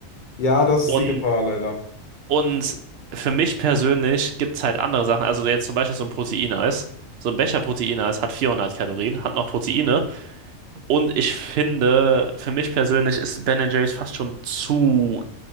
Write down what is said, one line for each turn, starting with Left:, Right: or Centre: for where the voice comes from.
Left: Ja, das ist
Right: Und,
Left: die Gefahr leider.
Right: und für mich persönlich gibt es halt andere Sachen. Also, jetzt zum Beispiel so ein Proteineis. So ein Becher Proteineis hat 400 Kalorien, hat noch Proteine. Und ich finde, für mich persönlich ist Ben Jerry's fast schon zu